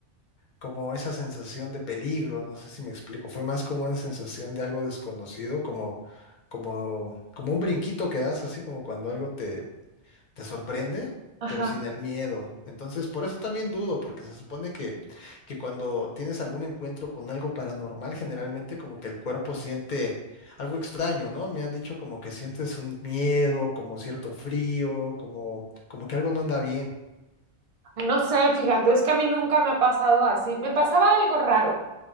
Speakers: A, on the left (about 55°); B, on the right (about 60°).
A: como esa sensación de peligro, no sé si me explico, fue más como una sensación de algo desconocido, como, como, como un brinquito que das, así como cuando algo te, te sorprende,
B: ajá.
A: pero sin el miedo. Entonces, por eso también dudo, porque se supone que, que cuando tienes algún encuentro con algo paranormal, generalmente como que el cuerpo siente algo extraño, ¿no? Me han dicho como que sientes un miedo, como cierto frío, como, como que algo no anda bien.
B: No sé, fíjate, es que a mí nunca me ha pasado así. Me pasaba algo raro.